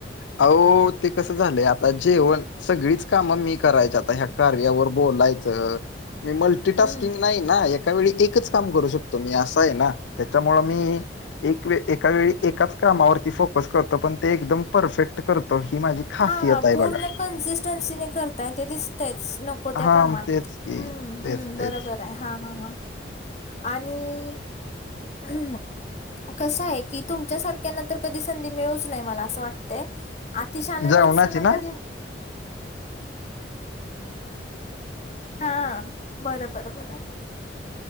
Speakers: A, on the left (about 85°); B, on the left (about 40°).
A: अह ते कसं झालं आता जेवण सगळीच कामं मी करायच आता ह्या कारव्यावर बोलायचं मी मल्टी
B: हम्म
A: टास्किंग नाही ना एक एका वळी एकच काम करू शकतो मी असं आहे ना त्याच्यामुळे मी एक एका वळी एकाच कामावरती फोकस करतो पण ते एकदम परफेक्ट करतो ही माझी खासियत
B: हा
A: आहे
B: पूर्ण
A: बघा
B: कन्सिस्टन्सी नाही करताय ते दिसतयच नको त्या
A: हा
B: कामात
A: म तेच की
B: हम्म
A: तेच
B: हम्म बरोबर
A: तेच
B: आहे हा हा हा आणि हम कसं आहे की तुमच्या सारख्यांना तर कधी संधी मिळूच नाही मला असं वाटतय अतिशलेय
A: जेवणाची
B: माणसांना
A: ना
B: कधी हा बरोबर बरोबर